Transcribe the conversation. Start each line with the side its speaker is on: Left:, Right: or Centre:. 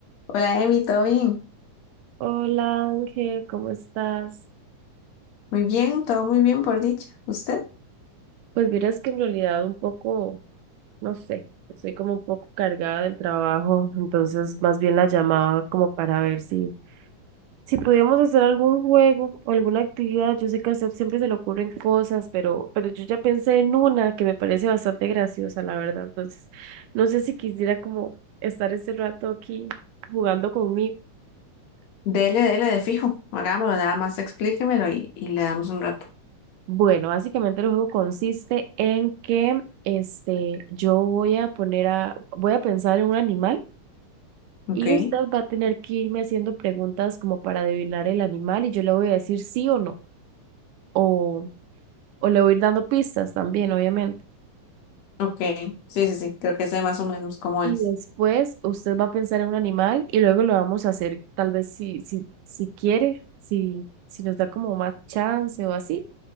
Left: Hola, Emi, ¿todo bien?
Right: Hola Ángel, ¿cómo estás?
Left: Muy bien, todo muy bien por dicha. ¿Usted?
Right: Pues miras que en realidad un poco, no sé, estoy como un poco cargada del trabajo, entonces más bien la llamaba como para ver si, si podíamos hacer algún juego o alguna actividad. Yo sé que a usted siempre se le ocurren cosas, pero, pero yo ya pensé en una que me parece bastante graciosa, la verdad. Entonces, no sé si quisiera como estar este rato aquí jugando conmigo.
Left: Dele, dele de fijo. Hagámoslo, nada más explíquemelo y, y le damos un rato.
Right: Bueno, básicamente el juego consiste en que este, yo voy a poner a, voy a pensar en un animal
Left: Ok,
Right: y usted va a tener que irme haciendo preguntas como para adivinar el animal y yo le voy a decir sí o no, o, o le voy a ir dando pistas también, obviamente.
Left: ok. Sí, sí, sí, creo que sé más o menos cómo
Right: Y
Left: es.
Right: después usted va a pensar en un animal y luego lo vamos a hacer, tal vez si, si, si quiere, si, si nos da como más chance o así,